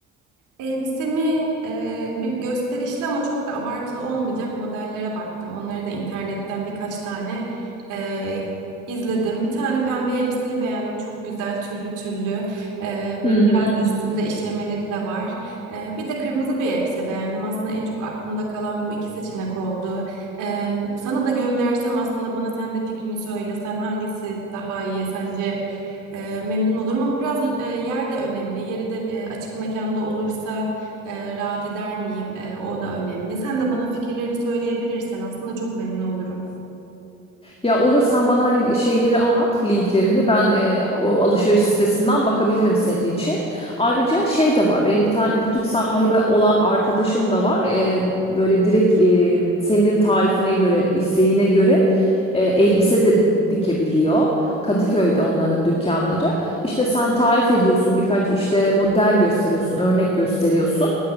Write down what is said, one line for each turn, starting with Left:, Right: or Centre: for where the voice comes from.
Right: Elbisemi e, bir gösterişli ama çok da abartılı olmayacak modellere baktım. Onları da internetten birkaç tane e, izledim. Bir tane pembe elbiseyi beğendim. Çok güzel tüllü tüllü. E, bir,
Left: Hı hı.
Right: biraz üstünde işlemeleri de var. E, bir de kırmızı bir elbise beğendim. Aslında en çok aklımda kalan bu iki seçenek oldu. E, sana da göndersem aslında bana sen de fikrini söyle. Sen hangisi daha iyi? Sence e, memnun olurum ama biraz e, yer de önemli. Yeri de e, açık mekanda olursa e, rahat eder miyim? E, o da önemli. Sen de bana fikirlerini söyleyebilirsen aslında çok memnun olurum.
Left: Ya olur sen bana hani şeyleri at linklerini ben e, o alışveriş sitesinden bakabilirim senin için. Ayrıca şey de var benim bir tane butik sahibi olan arkadaşım da var. E, böyle direkt e, senin tarifine göre isteğine göre e, elbise de dikebiliyor. Kadıköy'de onların dükkanları. İşte sen tarif ediyorsun birkaç işte model gösteriyorsun örnek gösteriyorsun